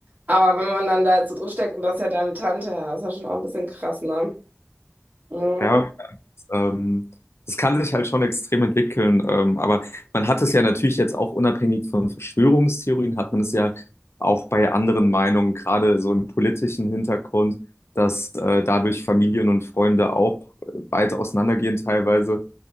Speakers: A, on the right; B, on the left.
A: Aber wenn man dann da jetzt so drin steckt und das ist ja deine Tante, ja, das ist ja schon auch ein bisschen krass, ne? Mhm.
B: Ja. Ähm, das kann sich halt schon extrem entwickeln, ähm, aber man hat es ja natürlich jetzt auch unabhängig von Verschwörungstheorien, hat man es ja auch bei anderen Meinungen, gerade so im politischen Hintergrund, dass äh, dadurch Familien und Freunde auch äh, weit auseinandergehen teilweise